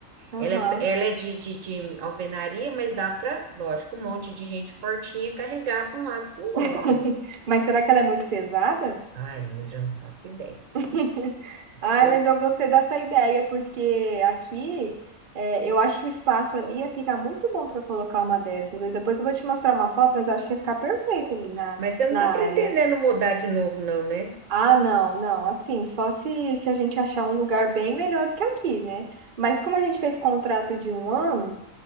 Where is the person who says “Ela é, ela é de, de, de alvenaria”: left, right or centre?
Right